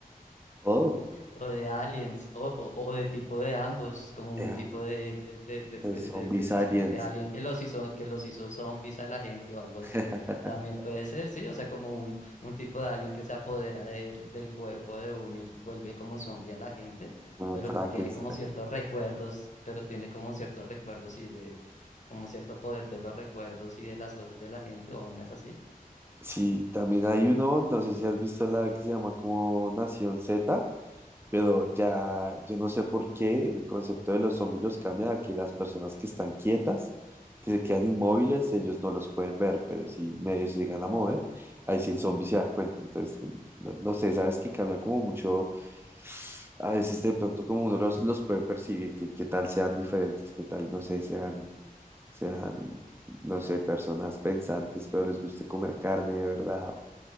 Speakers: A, on the right; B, on the left.
A: todo.
B: o de aliens, o, o, o de tipo de ambos, como
A: <laughs>
B: un tipo de, de, de, de,
A: de
B: de,
A: Zombies
B: de, de-
A: Aliens,
B: sí, de alien que los hizo, que los hizo zombies a la gente o algo
A: <laughs>
B: así, también puede ser, sí, o sea, como un, un tipo de alien que se apodera del del cuerpo de uno y vuelve como zombie a la gente,
A: como
B: pero
A: Frankenstein.
B: tiene como ciertos recuerdos, pero tiene como ciertos recuerdos y de, como cierto poder de los recuerdos y de las cosas de la gente o vainas así.
A: Sí, también hay uno, no sé si has visto la que se llama como Nación Z, pero ya yo no sé por qué el concepto de los zombies los cambia a que las personas que están quietas, que se quedan inmóviles, ellos no los pueden ver, pero si medio se llegan a mover, ahí sí el zombie se da cuenta. Entonces, no, no sé, sabes que cambia como mucho, a veces de pronto como uno los, los puede percibir, que qué tal sean diferentes, qué tal, no sé, sean sean, no sé, personas pensantes, pero les guste comer carne de verdad. O,